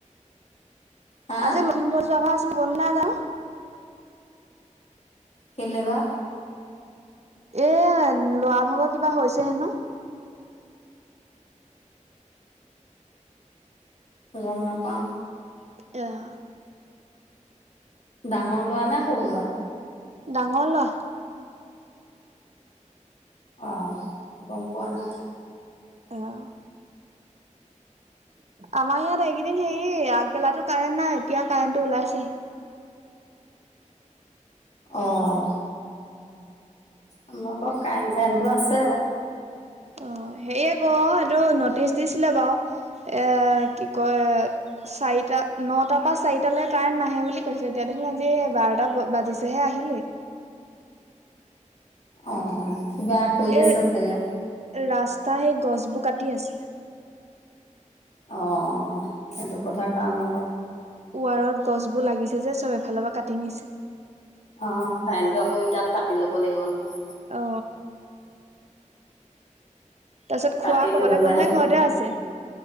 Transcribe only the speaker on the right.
আজি লখিমপুৰ যোৱা কথা আছিলে গ'ল নাই যানো?
এ ল'ৰা ভাগৰ কিবা হৈছে হেনো,
আহ'
ডাঙৰ ল'ৰা।
অহ আমাৰ ইয়াত এইকেইদিন হেৰি, আগবেলাতো কাৰেণ্ট নাই এতিয়া কাৰেণ্ট টো ওলাইছেহি।
অ সেয়ে ক এইটো নটিচ দিছিলে বাও এ কি কয় চাৰিটা নটা পা চাৰিটালে কাৰেণ্ট নাহে বুলি কৈছে এতিয়া দেখোন আজি এই বাৰটা বাজিছেহে আহিলেই।
এই
ৰাস্তা সেই গছবোৰ কাটি আছে।
ওৱালত গছবো লাগিছে যে চব এফাল পা কাটি নিছে।
অ। তাপিছত
খোৱা কবালে
গ'ল নে ঘৰতে আছে?